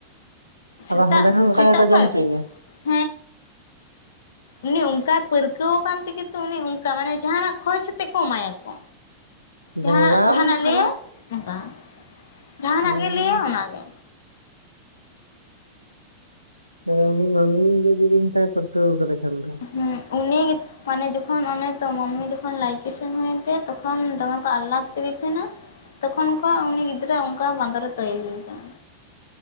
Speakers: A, on the left; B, on the right.
A: ᱥᱮᱛᱟᱜ
B: ᱟᱫᱚ ᱦᱟᱸᱰᱮ ᱦᱚᱸ ᱚᱱᱠᱟ
A: ᱥᱮᱛᱟᱜ
B: ᱜᱮᱠᱚ
A: ᱠᱷᱚᱡ
B: ᱡᱚᱢ ᱦᱚᱪᱚᱭᱮᱭᱟ
A: ᱫᱷᱟᱹᱵᱤᱡ ᱛᱮ᱾ ᱩᱱᱤ ᱚᱝᱠᱟᱭ ᱯᱟᱹᱨᱠᱟᱹᱣ ᱠᱟᱱ ᱛᱮᱜᱮ ᱛᱚ ᱩᱱᱤ ᱚᱝᱠᱟ ᱢᱟᱱᱮ ᱡᱟᱸᱦᱟᱸᱱᱟᱜ ᱠᱷᱚᱭ ᱥᱟᱛᱮᱜ ᱠᱚ ᱮᱢᱟᱭᱟᱠᱚ᱾ ᱡᱟᱸᱦᱟᱸ
B: ᱡᱟᱝᱞᱟ
A: ᱡᱟᱦᱟᱱᱟᱜ
B: ᱥᱟᱞᱟ
A: ᱞᱟᱹᱭ ᱟᱭ ᱚᱝᱠᱟ ᱡᱟᱸᱦᱟᱸᱱᱟᱜ
B: ᱦᱩᱸ
A: ᱜᱮ ᱞᱟᱹᱭᱟ ᱚᱱᱟᱜᱮ
B: ᱦᱳᱭ ᱢᱤᱫ ᱫᱤᱱ ᱤᱧᱦᱚᱧ ᱢᱮᱛᱟᱭ ᱠᱟᱱᱟ <unintelligible> ᱠᱟᱫᱮ ᱠᱷᱟᱱ ᱫᱚ᱾
A: ᱦᱩᱸ ᱩᱱᱤ ᱜᱮ ᱚᱱᱮ ᱡᱚᱠᱷᱚᱱ ᱚᱱᱮ ᱛᱚ ᱢᱟᱢᱤ ᱡᱚᱠᱷᱚᱱ ᱞᱟᱞᱠᱤ ᱥᱮᱱ ᱦᱩᱭᱮᱱ ᱛᱟᱭᱟ ᱛᱚᱠᱷᱚᱱ ᱫᱚᱢᱮ ᱠᱚ ᱟᱞᱞᱟᱫᱽ ᱠᱮᱫᱮ ᱛᱮᱦᱮᱸᱱᱟ ᱛᱚᱠᱷᱚᱱ ᱠᱷᱚᱜ ᱩᱱᱤ ᱜᱤᱫᱽᱨᱟᱹ ᱚᱝᱠᱟ ᱵᱟᱸᱫᱚᱨᱮ ᱛᱳᱭᱨᱤ ᱠᱟᱱᱟ᱾